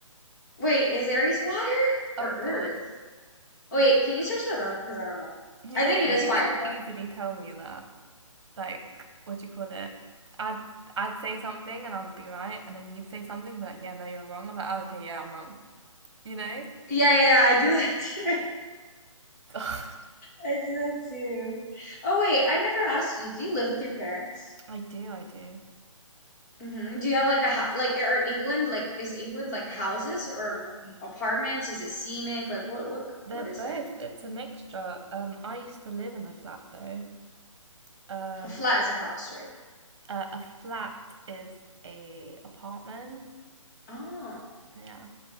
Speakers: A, on the left; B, on the right.
A: Wait, is Aries water
B: Oh
A: or
B: God.
A: earth? Oh, Wait, can you search that up? Because I don't know.
B: You
A: I
B: know,
A: think
B: you
A: it is fire
B: could
A: though.
B: easily tell me that. Like, what do you call it? I'd I'd say something and I'd be right, and then you'd say something and be like, yeah, no, you're wrong. I'm like, oh, okay, yeah, I'm wrong. You know?
A: Yeah, yeah, yeah, I do that too. <laughs>
B: <laughs> God.
A: I do that too. Oh wait, I never asked you. Do you live with your parents?
B: I do, I do.
A: hmm Do you have like a ho like are England like is England like houses or m- apartments? Is it scenic? Like what what
B: They're
A: what
B: both.
A: is it?
B: It's a mixture. Um, I used to live in a flat though. Um,
A: A flat is a house, right?
B: uh, a flat is a apartment.
A: Oh,
B: Yeah,